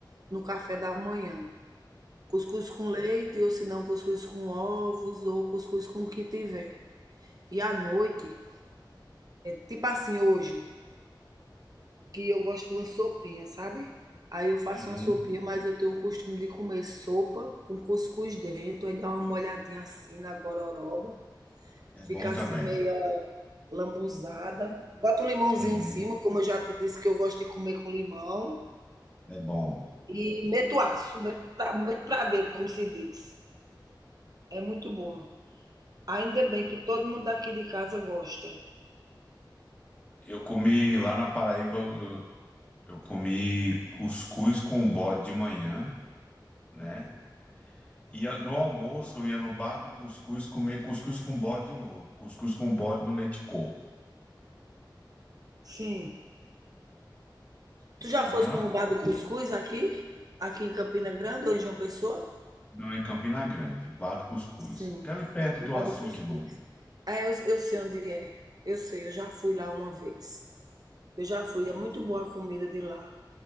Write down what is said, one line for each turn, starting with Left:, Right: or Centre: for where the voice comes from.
Right: no café da manhã. Cuscuz com leite, ou se não, cuscuz com ovos, ou cuscuz com o que tiver. E à noite, tipo assim, hoje, que eu gosto de uma sopinha, sabe? Aí eu faço
Left: uhum.
Right: uma sopinha, mas eu tenho o costume de comer sopa com cuscuz dentro, aí dá uma molhadinha assim na gororoba,
Left: É
Right: fica
Left: bom também.
Right: assim meio lambuzada. Bota um limãozinho
Left: Uhum,
Right: em cima, como eu já te disse que eu gosto de comer com limão,
Left: é bom.
Right: e meto aço, meto pra, meto pra dentro, como se diz. É muito bom. Ainda bem que todo mundo daqui de casa gosta.
Left: Eu comi lá na Paraíba, eu, eu comi cuscuz com bode de manhã, né? Ia no almoço, eu ia no bar do cuscuz comer cuscuz com bode novo. Cuscuz com bode no leite de coco.
Right: Sim. Tu já
Left: Para
Right: foste
Left: mim, ó,
Right: no bar do cuscuz aqui? Aqui em Campina Grande ou em João Pessoa?
Left: não em Campina Grande, o bar do cuscuz.
Right: Sim,
Left: Fica ali perto do
Right: Bar
Left: açude
Right: do Cuscuz.
Left: novo.
Right: É, eu, eu sei onde é. Eu sei, eu já fui lá uma vez. Eu já fui,
Left: É.
Right: é muito boa a comida de lá.